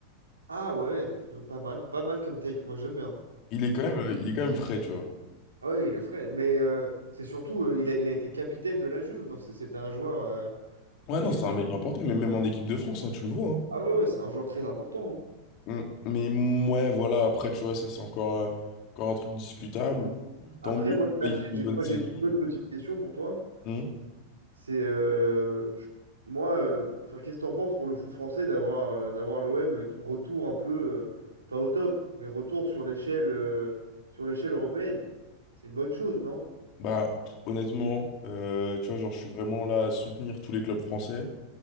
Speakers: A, on the right; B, on the left.
A: Ah ouais, p- pas mal, pas mal comme take, moi j'aime bien.
B: Il
A: Franchement.
B: est quand même, euh, il est quand même frais, tu vois.
A: Ah ouais, il est frais, mais euh, c'est surtout euh, il a, il a été capitaine de la Juve. Non, c'est- c'était un joueur euh,
B: Ouais,
A: il
B: non,
A: c'était
B: c'est un
A: un-
B: mec important, mais même en équipe de France, hein, tu le vois.
A: Ah ouais, ouais, c'est un joueur très important. hein.
B: hein. Mm. Mais mm, ouais, voilà, après, tu vois, ça, c'est encore, euh, encore un truc discutable. Tant
A: Après
B: mieux, tu
A: moi
B: vois,
A: là,
B: il fait une
A: j'ai j'ai-
B: bonne
A: moi,
B: saison.
A: j'ai une autre petite question pour toi.
B: Mm.
A: C'est euh, je- moi, euh, enfin, qu'est-ce que t'en penses pour le foot français d'avoir euh, d'avoir l'OM qui retour un peu euh, pas au top, mais retour sur l'échelle euh, sur l'échelle européenne. C'est une bonne chose, non?
B: Bah, pff, honnêtement, euh, tu vois, genre, je suis vraiment là à soutenir tous les clubs français.